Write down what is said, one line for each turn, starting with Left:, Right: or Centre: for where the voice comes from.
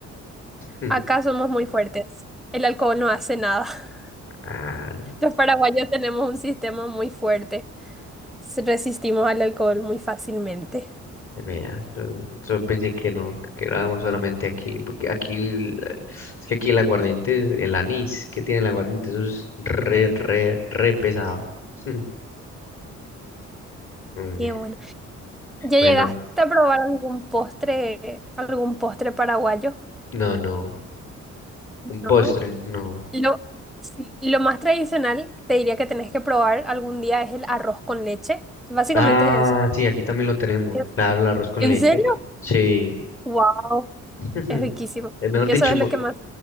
Left: Mm.
Centre: acá somos muy fuertes. El alcohol no hace nada. <laughs>
Left: Ah,
Centre: Los paraguayos tenemos un sistema muy fuerte. S- Resistimos al alcohol muy fácilmente.
Left: Vea, yo, yo pensé que no, que quedábamos solamente aquí, porque aquí, el- es que aquí el aguardiente, es- el anís que tiene el aguardiente, eso es re, re, re pesado. <laughs> Hombre,
Centre: Qué bueno. ¿Ya
Left: Bueno,
Centre: llegaste a probar algún postre, algún postre paraguayo?
Left: no, no,
Centre: No.
Left: un postre, no.
Centre: Lo, sí. Lo más tradicional, te diría que tenés que probar algún día es el arroz con leche. Básicamente
Left: Ah,
Centre: es eso.
Left: sí, aquí también lo tenemos,
Centre: ¿En
Left: claro, el arroz con
Centre: en
Left: leche,
Centre: serio?
Left: sí.
Centre: Wow,
Left: <laughs>
Centre: es riquísimo.
Left: Eh, Mejor
Centre: Y
Left: dicho,
Centre: eso es
Left: me
Centre: lo que más